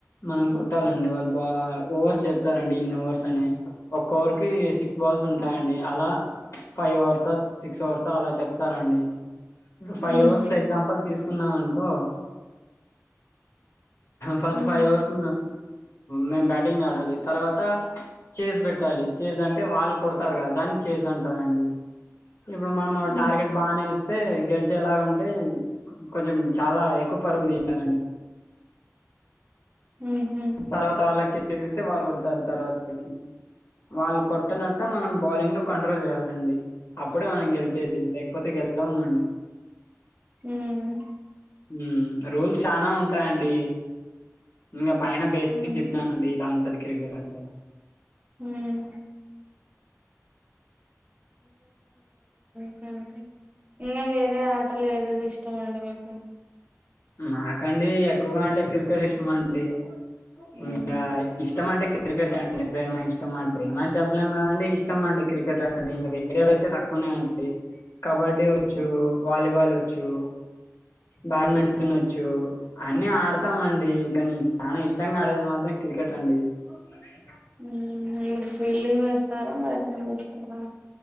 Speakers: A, on the left (about 60°); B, on the right (about 25°).
A: మనం కొట్టాలండి వాళ్ళు బా ఓవర్స్ చెప్తారండి ఇన్ని ఓవర్స్ అని ఒక్క ఓవర్ కి సిక్స్ బాల్స్ ఉంటాయండి అలా ఫైవ్ ఓవర్సా సిక్స్ ఓవర్సా అలా చెప్తారండి ఇప్పు ఫైవ్
B: ఉమ్
A: ఓవర్స్ ఉంపల్ తీసుకున్నాం అనుకో ఫస్ట్
B: ఉమ్
A: ఫైవ్ ఓవర్స్ మేము బ్యాటింగ్ ఆడాలి తర్వాత చేజ్ పెట్టాలి చేజ్ అంటే వాళ్ళు కొడతారు కదా దాన్ని చేజ్ అంటారంండి ఇప్పుడు మనం
B: ఉమ్
A: టార్గెట్ బానే ఇస్తే గెలిచేలాగా ఉంట అంటే కొంచెం చాలా ఎక్కువ పరుగు తీయాలండి
B: ఉహు
A: తర్వాత వాళ్ళకి చేజ్ ఇస్తే వాళ్ళు కొడతారు తర్వాతకి వాళ్ళు కొట్టనట్ట మనం బౌలింగ్ లో కంట్రోల్ చేయాలండి అప్పుడే మనం గెలిచేది లేకపోతేె గెలవం అండి
B: ఉమ్
A: ఉమ్ రూల్స్ చానా ఉంటాయండి ఇంకా పైన బేసిక్
B: ఉమ్
A: చెప్పిననండి ఇలా ఉంటది క్రికెట్ అంటే <inaudible>
B: ఉమ్ ఉమ్ ఓకే ఇంకా వేరే ఆటలో ఏదేది ఇష్టం అండి మీకు
A: మాకండి ఎక్కువ అంటే క్రికెట్ ఇష్టం అండి ఉమ్
B: మ్మ్
A: గ ఇష్టమంటే క్రికెట్ అండి ప్రేమ ఇష్టం అండి ప్రేమని చెప్పలేం కదండి ఇష్టం అండి క్రికెట్ అంటే ఇంక వేరే అయితే నాకు ఉన్నయి అండి కబడ్డీ వచ్చు వాలీబాల్ వచ్చు బ్యాడ్మింట టన్ వచ్చు అన్ని ఆడతామండి కానీ చాలా ఇష్టంగా ఆడేది మాత్రం క్రికెట్ అండి ఓకే అండి
B: ఉమ్ మీరు ఫీల్డింగ్ వేస్తారా బ్యాటింగ్ చేస్తారా